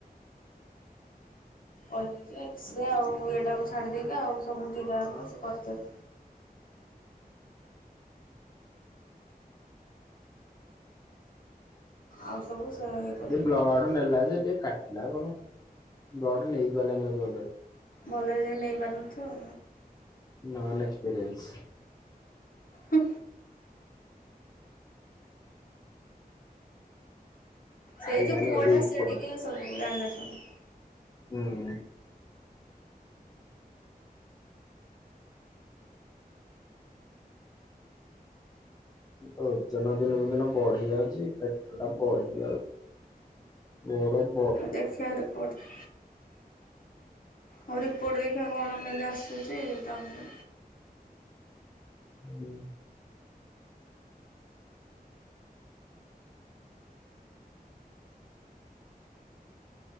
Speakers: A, on the left (about 60°); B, on the left (about 25°).
A: ଅଲ୍ଟ୍ରା ଏକ୍ସରା ଆଉ ଇଏ ଟାକୁ ଛାଡ଼ି ଦେଇେଇକି ଆଉ ସବୁ ଦିଟା ଆଙ୍କ ସେ କରିଚନ୍ତି। ଆଉ ସବୁ ସେ କରିବେ।
B: ଏ ବ୍ଲଡ଼ ନେଲା ଯେ ଟିକେ କଟିଲା ଆଉ କଣ ବ୍ଲଡ ନେଇପାରିଲା ନେଇ ବୋଧେ ଭଲରେ।
A: ଭଲରେ ସିଏ ନେଇପାରୁ ନଥିବ।
B: Non experience.
A: ହୁଁ ସେଇ
B: ଆଇଲାଣି
A: ଯୋଉ ପୁଅ
B: ବୋଧେ
A: ଟା
B: ଏପଟ
A: ସେ ଟିକେ ସବୁ ଜାଣିଲା ସୁଣିଲା।
B: ହୁଁ ମୁଁ ତ ଓଜନ ଦିନକୁ ଦିନ ବଢି ଯାଉଛି ପେଟ ଟା ବଢି ଯାଉଛି। ଓଡମ୍
A: ଦେଖିଆ ରିପୋର୍ଟ। ହୋଉ ରିପୋର୍ଟ ଦେଖିବା କଣ କେମିତି ଆସୁଛି ତାପରେ
B: ହୁଁ